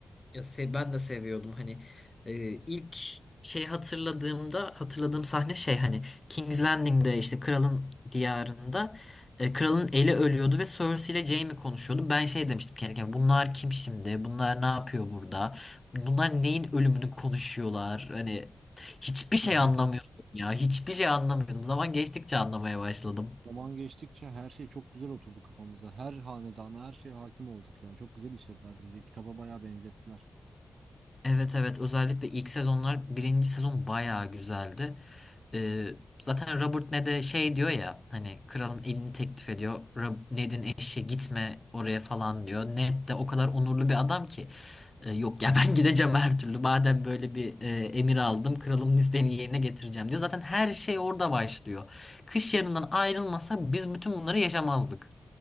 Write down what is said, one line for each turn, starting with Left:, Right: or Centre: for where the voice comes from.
Left: Ya se- ben de seviyordum hani e, ilk şey hatırladığımda hatırladığım sahne şey hani King's Landing'de işte kralın diyarında e, kralın eli ölüyordu ve Cersei ile Jaime konuşuyordu. Ben şey demiştim kendi kendime bunlar kim şimdi? Bunlar ne yapıyor burada? Bunlar neyin ölümünü konuşuyorlar? Hani hiçbir şey
Right: <laughs>
Left: anlamıyordum ya. Hiçbir şey anlamıyordum. Zaman geçtikçe anlamaya başladım.
Right: Zaman geçtikçe her şey çok güzel oturdu kafamıza. Her hanedana her şeye hakim olduk ya. Çok güzel işlediler diziyi. Kitaba bayağı benzettiler.
Left: Evet evet özellikle ilk sezonlar birinci sezon bayağı güzeldi. Ee, zaten Robert ne de şey diyor ya hani kralın elini teklif ediyor. Rob- Ned'in eşi gitme oraya falan diyor. Ned de o kadar onurlu bir adam ki "E, yok ya ben <laughs> gideceğim her türlü. Madem böyle bir e, emir aldım kralımın isteğini yerine getireceğim diyor. Zaten her şey orada başlıyor. Kış yarından ayrılmasa biz bütün bunları yaşamazdık.